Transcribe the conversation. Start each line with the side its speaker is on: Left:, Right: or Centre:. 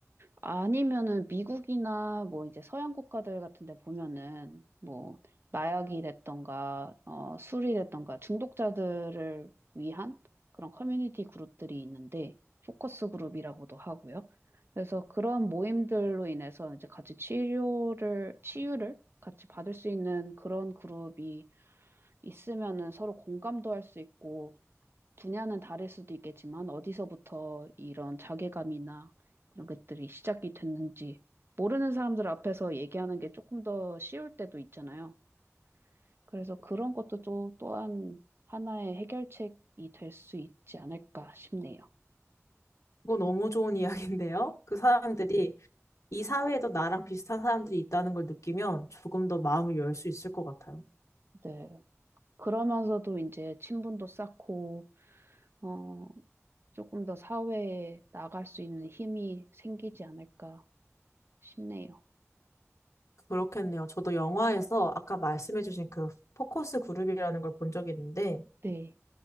Right: 아니면은 미국이나 뭐 이제 서양 국가들 같은 데 보면은 뭐 마약이랬던가 어, 술이랬던가 중독자들을 위한 그런 커뮤니티 그룹들이 있는데 포커스 그룹이라고도 하고요. 그래서 그런 모임들로 인해서 이제 같이 치료를 치유를 같이 받을 수 있는 그런 그룹이 있으면은 서로 공감도 할 수 있고 분야는 다를 수도 있겠지만 어디서부터 이런 자괴감이나 이런 것들이 시작이 됐는지 모르는 사람들 앞에서 얘기하는 게 조금 더 쉬울 때도 있잖아요. 그래서 그런 것도 또 또한 하나의 해결책이 될 수 있지 않을까 싶네요.
Left: 이거 너무 좋은 <laughs> 이야기인데요. 그 사람들이 이 사회에도 나랑 비슷한 사람들이 있다는 걸 느끼면 조금 더 마음을 열 수 있을 것 같아요.
Right: 네. 그러면서도 이제 친분도 쌓고 어, 조금 더 사회에 나갈 수 있는 힘이 생기지 않을까 싶네요.
Left: 그렇겠네요. 저도 영화에서 아까 말씀해주신 그 포커스 그룹이라는 걸 본 적이 있는데
Right: 네.